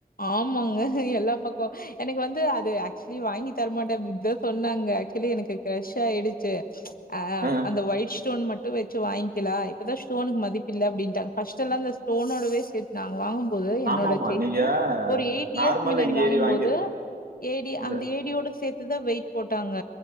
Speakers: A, on the left (about 70°); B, on the right (about 75°).
A: ஆமாங்க எல்லா பக்கம் எனக்கு வந்து அது ஆக்சுவலி வாங்கி தரமாட்டே அப்படின்னுதா சொன்னாங்க ஆக்சுவலி எனக்கு கிரஷ் ஆயிடுச்சு அ
B: அஹ்.
A: அந்த ஒயிட் ஸ்டோன் மட்டு வச்சு வாய்ங்க்கலா இப்பதா ஸ்டோனுக்கு மதிப் இல்ல அப்படின்ட்டாங்க ஃபர்ஸ்ட் எல்லா இந்த ஸ்டோனோடவே சேத்து நாங்க வாங்கும்போது என்னோட
B: ஆமா ஆமா
A: செயினு
B: நீங்க
A: ஒரு எயிட்
B: நார்மலா
A: இயர்ஸ் மின்னாடி வாங்கும்
B: ஏடி வாங்கி
A: போது ஏடி
B: இது.
A: அந்த ஏடியோட சேத் இப்டிதா வெயிட் போட்டாங்க